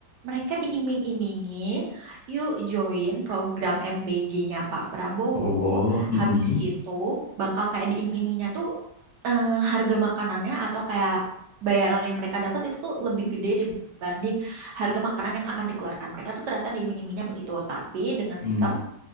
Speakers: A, on the right (about 70°); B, on the left (about 55°).
A: Mereka diiming-imingi, yuk join program MBG-nya Pak Prabowo.
B: Prabowo, mm-mm,
A: Habis itu bakal kayak diiming-imingnya tuh eh, harga makanannya atau kayak bayaran yang mereka dapat itu tuh lebih gede dibanding harga makanan yang akan dikeluarkan. Mereka tuh ternyata diiming-imingnya begitu, tapi dengan
B: mm,
A: sistem